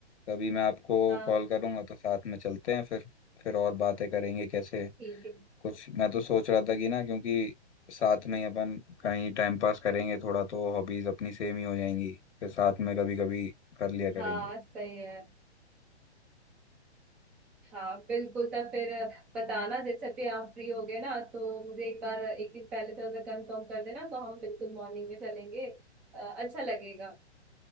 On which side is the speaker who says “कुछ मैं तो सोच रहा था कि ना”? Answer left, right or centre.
Left